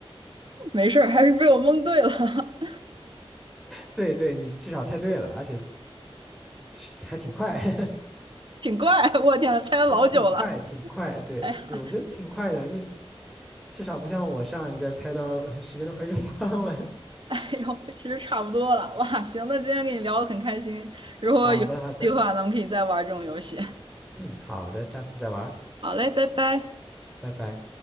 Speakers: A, on the right; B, in the centre.
A: 没事儿，还是被我蒙对了，<laughs>
B: 对对，你至少猜对了，而且是还挺快，<laughs>
A: 挺怪。我天啊，猜了老久了。
B: 挺挺快，挺快。对对，
A: 哎呀，
B: 我觉得挺快的。你至少不像我上一个猜到 <laughs> 时间都快用光了。<laughs>
A: <laughs> 哎呦，其实差不多了。哇，行，那今天跟你聊得很开心，如果有计划，
B: 好的好的，
A: 咱们可以再玩这种游戏。
B: 嗯，好的，下次再玩儿
A: 好嘞，拜拜。
B: 拜拜。